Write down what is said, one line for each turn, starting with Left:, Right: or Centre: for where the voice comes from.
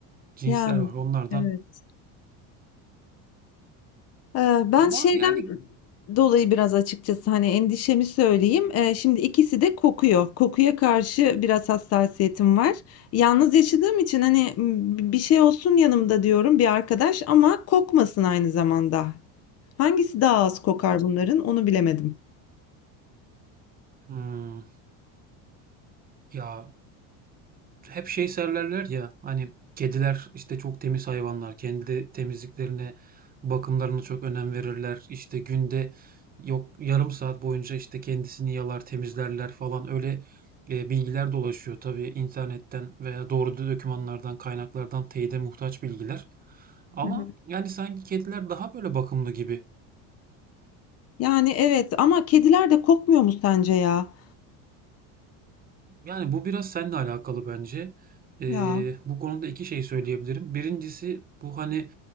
Right: cinsler
Left: Yani
Right: var onlardan.
Left: evet. Eee, ben
Right: Ama
Left: şeyden
Right: yani
Left: dolayı biraz açıkçası, hani, endişemi söyleyeyim. Eee, şimdi ikisi de kokuyor. Kokuya karşı biraz hassasiyetim var. Yalnız yaşadığım için, hani, ımm, "Bir şey olsun yanımda." diyorum, bir arkadaş ama kokmasın aynı zamanda. Hangisi daha az kokar bunların, onu bilemedim.
Right: Hmm, ya hep şey söylerler ya hani kediler işte çok temiz hayvanlar kendi temizliklerine bakımlarına çok önem verirler işte günde yok yarım saat boyunca işte kendisini yalar temizlerler falan öyle e, bilgiler dolaşıyor tabii internetten veya doğru dokümanlardan kaynaklardan teyide muhtaç bilgiler ama
Left: Hı hı.
Right: yani sanki kediler daha böyle bakımlı gibi.
Left: Yani, evet ama kediler de kokmuyor mu sence ya?
Right: Yani bu biraz seninle alakalı bence. Ee,
Left: Ya.
Right: bu konuda iki şey söyleyebilirim. Birincisi bu hani